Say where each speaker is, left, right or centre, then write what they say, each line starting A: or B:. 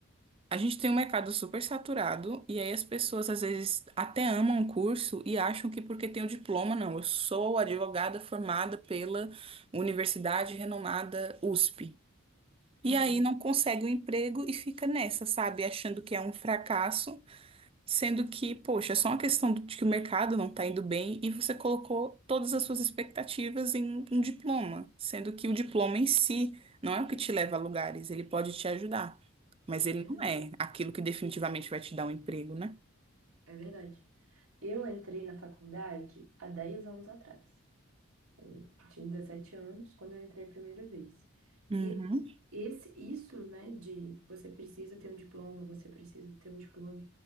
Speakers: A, on the right; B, on the right.
A: a gente tem um mercado super saturado e aí as pessoas às vezes até amam o curso e acham que porque tem o diploma, não, eu sou advogada formada pela universidade renomada USP.
B: Uhum,
A: E aí não consegue o emprego e fica nessa, sabe? Achando que é um fracasso Sendo que, poxa, é só uma questão de que o mercado não está indo bem e você colocou todas as suas expectativas em um diploma, sendo que o diploma em si não é o que te leva a lugares, ele pode te ajudar, mas
B: é
A: ele
B: verdade,
A: não é aquilo que definitivamente vai te dar um emprego, né?
B: é verdade. Eu entrei na faculdade há 10 anos atrás. Eu tinha 17 anos quando eu entrei a primeira vez.
A: Uhum.
B: E esse, isso, né, de você precisa ter um diploma, você precisa ter um diploma,